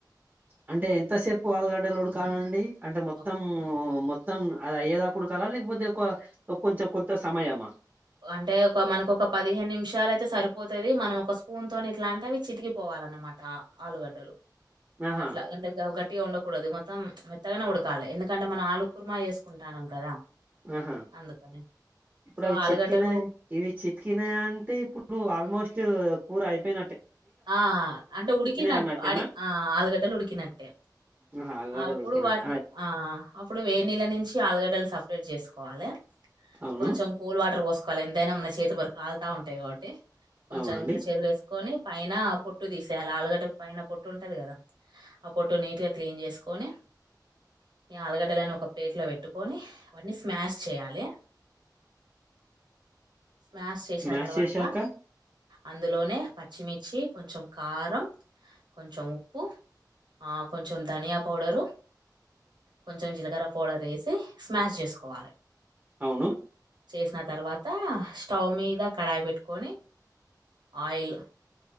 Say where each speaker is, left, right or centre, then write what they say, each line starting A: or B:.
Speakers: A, on the right; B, on the right.
A: అంటే ఎంతసేపు ఆలుగడ్డలు ఉడకాలి అండి అంటే మొత్తం
B: ఒక
A: మొ మొత్తం అది అయ్యెదాక ఉడుకాలా లేకపోతే ఒక కొంచెం కొంత సమయామా
B: అంటే ఒక మనకు ఒక పదిహేను నిమిషాలయితే సరిపోతది మనం ఒక స్పూన్ తోని ఇట్లా అంటే అవి చితికిపోవాలన్నమాట అ ఆలుగడ్డలు
A: ఆహా
B: అట్లా గ ట్టిగా ఉండకూడదు మొత్తం మెత్తగానే ఉడకాలి ఎందుకంటే మనం ఆలు కుర్మా చేసుకుంటాన్నం కదా
A: ఆహా
B: అందుకని.
A: ఇప్పుడే
B: సో,
A: వచ్చి
B: ఆలుగడ్డలు
A: ఇవి చితికినాయి అంటే ఇప్పుడు ఆల్మోస్ ట్ కూర అయిపోయి
B: ఆ అంటే ఉడికినట్టు
A: అన్నట్టేనా
B: అడి ఆ ఆలుగడ్డలు ఉడికినట్టే
A: ఆహా ఆలుగడ్డలు
B: అప్పుడు
A: ఉడికినట్టే
B: వాటిని ఆ అప్పుడు వేడి నీళ్ళ నుంచి ఆలుగడ్డలు సపరేట్ చేసు కోవాలి
A: అవును
B: కొంచెం కూల్ వాటర్ పో సుకోవాలి ఎంతైనా మన చేతులు వరకు కాలుతా ఉంటాయి కాబట్టి కొంచెం
A: అవునండి
B: ఇంకా చేతులు వేసుకొని పైన పొట్టు తీసేయాల ఆలుగడ్డ పైన పొట్టు ఉంటంది కదా ఆ పొట్టు నీట్గా క్లీన్ చేసుకొని ఈ ఆలుగడ్డలని ఒక ప్లేట్లో పెట్టుకొని అవన్నీ స్ మాష్ చేయాలి స్మాష్ చేసిన
A: మ్యాష్
B: తర్వాత
A: చేశాక
B: అందులోనే పచ్చిమిర్చి కొంచెం కారం కొంచెం ఉప్పు ఆ కొంచెం ధనియా పౌడరు కొంచెం జీలకర్ర పౌడర్ వేసి స్మాష్ చేసుకోవాలి
A: అవును
B: చేసిన తర్వాత స్టవ్ మీద కడాయి పెట్టుకొని ఆయిల్